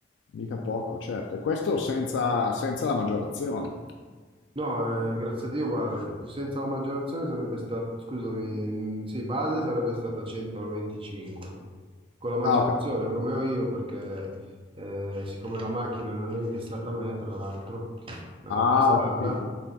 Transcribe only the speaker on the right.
No, eh, grazie a Dio, guarda, eh, senza la maggiorazione sarebbe stata, scusami, mh, sì, base sarebbe stata 125. Con la maggiorazione,
come ho io, perché eh, siccome la macchina non è intestata a me, tra l'altro, me
l'hanno prestata,